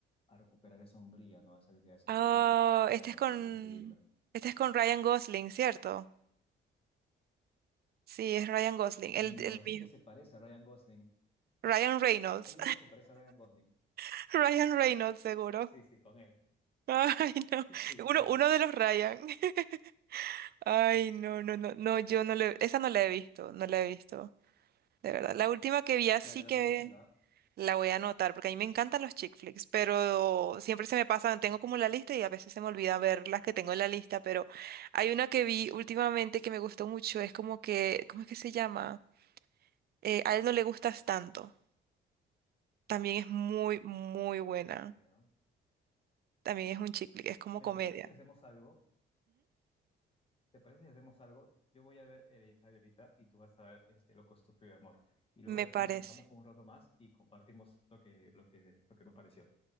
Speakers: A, on the left; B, on the right.
A: a recuperar esa hombría, ¿no? Esa habilidad de seducción.
B: Ah, este
A: O bueno,
B: es con,
A: le ayuda a adquirirla.
B: este es con Ryan Gosling, ¿cierto? Sí, es Ryan Gosling,
A: No,
B: el, el
A: es
B: mismo.
A: el que se parece a Ryan Gosling.
B: Ryan Reynolds.
A: Hay uno que se parece a Ryan Gosling.
B: <laughs> Ryan Reynolds, seguro.
A: Sí, sí, con él.
B: <laughs> Ay, no.
A: <laughs> Sí,
B: Uno,
A: él.
B: uno de los Ryan. <laughs> Ay, no, no, no, no, yo no le, esa no la he visto, no la he visto, de verdad. La última que vi así
A: Mira, te lo
B: que
A: recomiendo, ¿ah?
B: la voy a anotar, porque a mí me encantan los chick flicks, pero siempre se me pasan, tengo como la lista y a veces se me olvida ver las que tengo en la lista, pero hay una que vi últimamente que me gustó mucho, es como que, ¿cómo es que se llama? Eh, a él no le gustas tanto, también es muy, muy buena,
A: Ya.
B: también es un chick flick, es como
A: Mira,
B: comedia.
A: ¿te parece si hacemos algo? ¿Te parece si hacemos algo? Yo voy a ver Hereditario ahorita y tú vas a ver este Loco, Estúpido de Amor. Y luego
B: Me
A: de
B: parece,
A: aquí nos juntamos un rato más y compartimos lo que, lo que, lo que nos pareció.